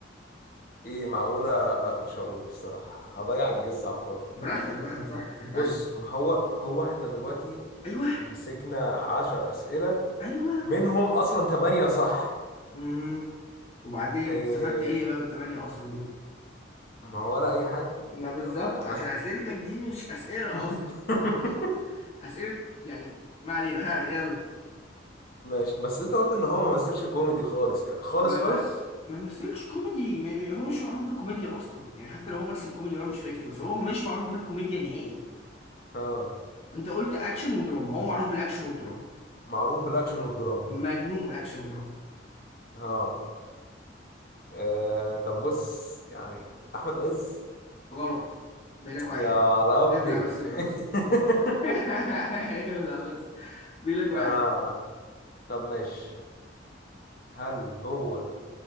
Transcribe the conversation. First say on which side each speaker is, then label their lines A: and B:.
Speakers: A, on the left; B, on the left.
A: ايه معقولة لا مش هقوله الصراحة هضيع الجس على الفاضي
B: براحتك بقى براحتك انت
A: بص
B: عايز
A: ما هو هو احنا دلوقتي
B: ايوه
A: مسكنا عشر أسئلة
B: ايوه
A: منهم أصلا تمانية صح
B: امم وبعدين
A: إيه
B: استفدت ايه بقى بالتمانية اصلا دول
A: ما هو ولا أي حاجة
B: ما بالظبط
A: ما ما
B: عشان اسئلتك دي مش اسئله
A: <laughs>
B: اصلا <laughs> اسئله يعني ما علينا ها يلا
A: ماشي بس أنت قلت إن هو ما مثلش كوميدي خالص يعني خالص
B: ما
A: خالص
B: ما ما مثلش كوميدي م- م- هو مش معروف بالكوميديا اصلا يعني حتى لو هو مثل كوميدي وانا مش فاكر بس هو مش معروف بالكوميديا نهائي
A: اه
B: انت قلت اكشن ودراما هو معروف بالاكشن والدراما
A: معروف بالأكشن والدراما
B: مجنون اكشن ودراما
A: اه آه، طب بص يعني أحمد عز
B: غلط بيقول لك واحد
A: يا ربي
B: ابلع بس ابلع بس
A: <laughs>
B: <laughs> ابلع بس بيقول لك واحد
A: آه طب ماشي هل هو